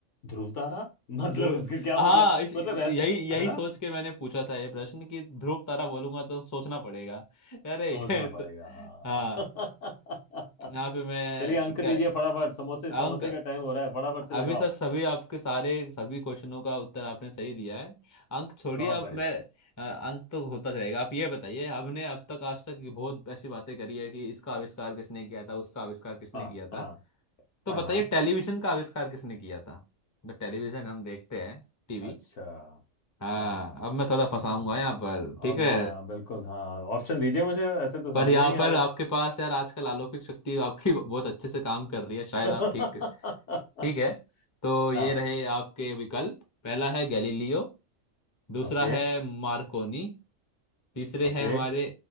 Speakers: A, on the left; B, on the left.
A: ध्रुव तारा मतलब
B: ध्रुव
A: इसका क्या
B: हाँ
A: मतलब
B: इस यही
A: मतलब ऐसा
B: यही
A: है ना
B: सोच के मैंने पूछा था ये प्रश्न कि ध्रुव तारा बोलूंगा तो सोचना पड़ेगा अरे
A: सोचना
B: ये
A: पड़ेगा
B: तो
A: हाँ
B: हाँ यहाँ
A: <laughs>
B: पे मैं
A: चलिए अंक
B: क्या
A: दीजिए फटाफट समोसे समोसे
B: अंक
A: का टाइम हो रहा है फटाफट से
B: अभी
A: लगाओ
B: तक सभी आपके सारे सभी क्वेश्चनों का उत्तर आपने सही दिया है अंक छोड़िए
A: बहुत
B: अब
A: बढ़िया
B: मैं अ, अंक तो होता चलेगा आप ये बताइए हमने अब तक आज तक ये बहुत ऐसी बातें करी है कि इसका आविष्कार किसने किया था उसका आविष्कार किसने
A: हाँ
B: किया था
A: हाँ
B: तो
A: हाँ
B: बताइए
A: हाँ
B: टेलीविजन का आविष्कार किसने किया था तो टेलीविजन हम देखते हैं टीवी
A: अच्छा
B: हाँ
A: हाँ
B: अब मैं थोड़ा फंसाऊंगा
A: हम्म,
B: यहाँ पर ठीक
A: अब
B: है
A: आ, बिल्कुल हाँ ऑप्शन दीजिए मुझे ऐसे तो समझ
B: पर यहाँ
A: में ही नहीं आ
B: पर
A: रहा
B: आपके
A: है
B: पास यार आजकल अलौकिक शक्ति आपकी <laughs> बहुत अच्छे से काम कर रही है शायद
A: <laughs>
B: आप ठीक ठीक है तो ये
A: हाँ
B: रहे आपके विकल्प पहला है गैलीलियो दूसरा
A: ओके
B: है मार्कोनी तीसरे
A: ओके
B: है हमारे